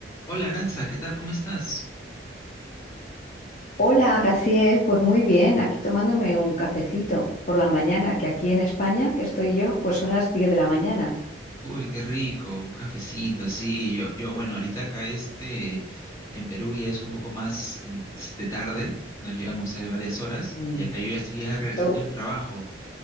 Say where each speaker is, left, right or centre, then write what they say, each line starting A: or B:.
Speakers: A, on the left; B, on the left.
A: Hola Aranza, ¿qué tal? ¿Cómo estás?
B: Hola, Graciel. Pues muy bien, aquí tomándome un cafecito por la mañana, que aquí en España, que estoy yo, pues son las diez de la mañana.
A: Uy, qué rico, un cafecito, sí. Yo, yo bueno, ahorita acá este, en Perú ya es un poco más en- es de tarde, nos llegan ustedes varias horas
B: Mm,
A: y acá yo ya estoy ya regresando
B: Me gu-
A: del trabajo.